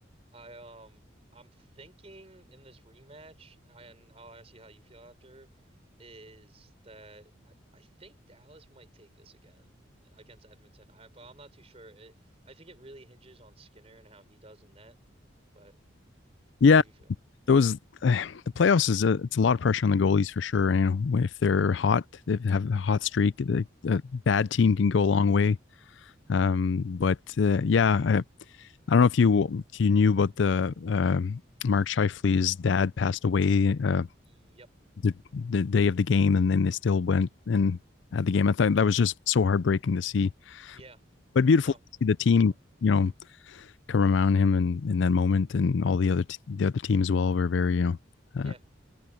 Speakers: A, on the right; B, on the left.
A: I um I'm thinking in this rematch, and I'll ask you how you feel after, is that I, I think Dallas might take this again against Edmonton. I but I'm not too sure. It I think it really hinges on Skinner and how he does in net. But
B: Yeah,
A: how do you feel?
B: those uh, the playoffs is a, it's a lot of pressure on the goalies for sure. You know, if they're hot, they have a hot streak, the, a bad team can go a long way. Um, but uh, yeah, I, I don't know if you if you knew about the um, Mark Shifley's dad passed away uh,
A: Yep.
B: the the day of the game, and then they still went and had the game. I thought that was just so heartbreaking to see,
A: Yeah.
B: but beautiful
A: No.
B: to see the team.
A: It's rough.
B: You know, come around him and in in that moment, and all the other t- the other team as well were very you know. Uh,
A: Yeah,